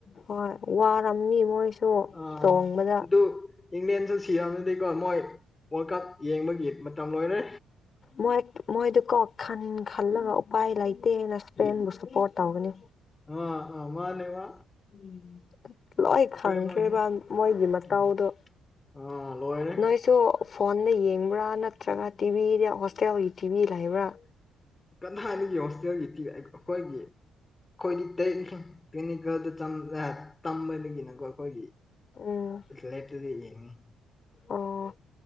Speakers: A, on the left (about 40°); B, on the left (about 20°).
A: ꯍꯣꯏ ꯋꯥꯔꯝꯅꯤ ꯃꯣꯏꯁꯨ
B: ꯑꯥ
A: ꯆꯣꯡꯕꯗ
B: ꯑꯗꯨ ꯏꯪꯂꯦꯟꯁꯨ ꯁꯤꯔꯅꯗꯤꯀꯣ ꯃꯣꯏ ꯋꯥꯔꯜ ꯀꯞ ꯌꯦꯡꯕꯒꯤ ꯃꯇꯝ ꯂꯣꯏꯔꯦ
A: ꯏꯣ ꯃꯣꯏꯗꯨꯀꯣ ꯈꯟ ꯈꯜꯂꯒ ꯎꯄꯥꯏ ꯂꯩꯇꯦꯅ ꯁꯄ꯭ꯔꯦꯟꯕꯨ ꯁꯄꯣꯔꯠ ꯇꯧꯒꯅꯤ
B: ꯑꯥ ꯑꯥ ꯃꯥꯅꯦ ꯋꯥ
A: ꯎꯝ ꯂꯣꯏ ꯈꯪꯈ꯭ꯔꯦꯕ
B: ꯃꯣꯏꯁꯦ
A: ꯃꯣꯏꯒꯤ ꯃꯇꯥꯎꯗꯣ
B: ꯎꯝ ꯑꯥ ꯂꯣꯏꯔꯦ
A: ꯅꯣꯏꯁꯨ ꯐꯣꯟꯗ ꯌꯦꯡꯕ꯭ꯔꯥ ꯅꯠꯇ꯭ꯔꯒ ꯇꯤꯚꯤꯗ ꯍꯣꯁꯇꯦꯜꯒꯤ ꯇꯤꯚꯤ ꯂꯩꯕ꯭ꯔꯥ
B: ꯀꯟꯊꯥꯏꯅꯤꯒꯤ ꯍꯣꯁꯇꯦꯜꯒꯤ ꯄꯤ ꯑꯩꯈꯣꯏꯒꯤ ꯑꯩꯈꯣꯏꯗꯤ ꯇ ꯇꯦꯛꯅꯤꯀꯦꯜꯗ ꯇꯝꯕꯗꯒꯤꯅꯀꯣ ꯑꯩꯈꯣꯏꯒꯤ
A: ꯎꯝ
B: ꯂꯦꯇꯗ ꯌꯦꯡꯉꯤ
A: ꯑꯣꯥ